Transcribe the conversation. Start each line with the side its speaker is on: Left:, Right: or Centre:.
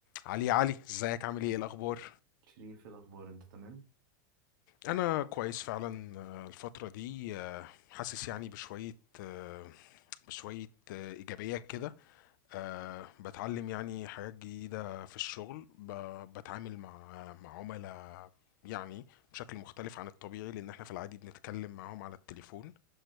Left: علي علي ازيك عامل ايه إيه الاخبار
Right: شريف إيه الأخبار أنت تمام؟
Left: انا كويس فعلا آه، الفتره دي آه، حاسس يعني بشويه آه، بشويه آه، ايجابيه كده آه، بتعلم يعني حاجات جديده في الشغل ب- بتعامل مع مع عملاء يعني بشكل مختلف عن الطبيعي لان احنا في العادي بنتكلم معاهم على التليفون